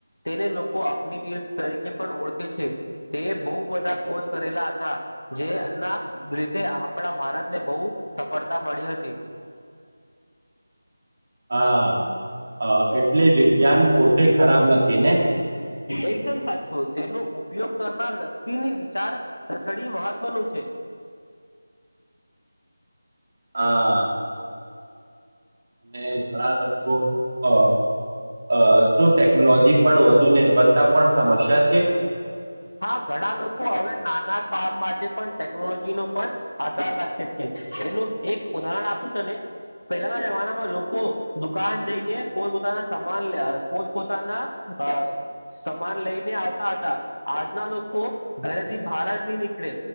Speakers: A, on the left (about 70°); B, on the right (about 40°).
A: તેને લોકો અગ્નિવીર તરીકે પણ ઓળખે છે તે બહુ બધા કોર્સ કરેલા હતા. જે ના રીતે આપણા ભારતને બહુ સફળતા મળી હતી. તી.
B: હા એટલે વિજ્ઞાન પોતે ખરાબ નથી ને.
A: એકદમ સાચું તેનો ઉપયોગ કરનાર વ્યક્તિની વિચાર સરણી મહત્વનું છે. <inaudible>
B: હા. અને ઘણા લોકો અ અ શું ટેકનોલોજી પર વધુ નિર્ભરતા પણ સમસ્યા છે.
A: હા ઘણા લોકો હવે નાના કામ માટે પણ ટેકનોલોજી નો પણ આધાર રાખે છે. એનું એક ઉદાહરણ આપું તને પહેલાના જમાનામાં લોકો દુકાન જઈને પોતપોતાના સામાન લ પોતપોતાના અ સમાન લઈને આવતા હતા આજના લોકો ઘરેથી બહાર જ નહી નીકળે